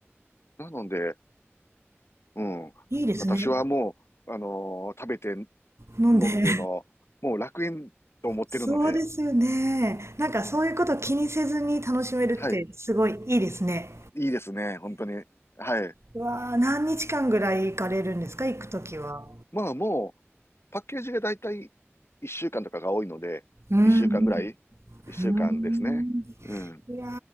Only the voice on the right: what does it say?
い。いいですね。
飲んで。
<laughs>
そうですよね。なんかそういうこと気にせずに楽しめるってすごいいいですね。
うわあ、何日間ぐらい行かれるんですか行くときは。
うん。
うーん
いや